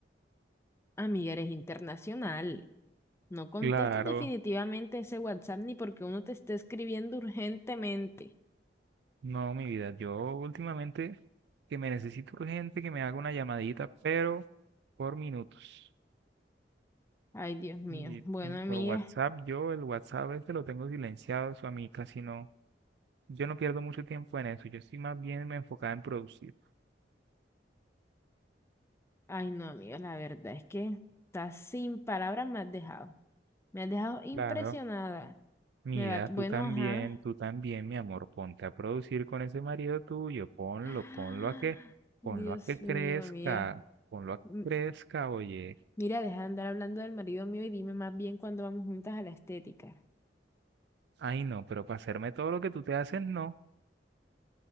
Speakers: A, on the left; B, on the right.
A: Amiga, eres internacional. No contestas
B: Claro,
A: definitivamente ese WhatsApp ni porque uno te esté escribiendo urgentemente.
B: no, mi vida, yo últimamente que me necesito urgente que me haga una llamadita, pero por minutos.
A: Ay, Dios mío.
B: Y
A: Bueno,
B: y
A: amiga.
B: por WhatsApp, yo el WhatsApp este lo tengo silenciado, eso a mí casi no. Yo no pierdo mucho tiempo en eso, yo estoy más bien me enfocada en producir.
A: Ay, no, amiga, la verdad es que estás sin palabras, me has dejado. Me has dejado impresionada.
B: Claro. Mira,
A: Me va, bueno,
B: tú también,
A: ajá.
B: tú
A: <gasps>
B: también, mi amor, ponte a producir con ese marido tuyo, ponlo,
A: Ah,
B: ponlo a que,
A: Dios
B: ponlo a que crezca,
A: mío, amiga.
B: ponlo a que
A: M-
B: crezca, oye.
A: Mira, deja de andar hablando del marido mío y dime más bien cuándo vamos juntas a la estética.
B: Ay, no, pero para hacerme todo lo que tú te haces, no.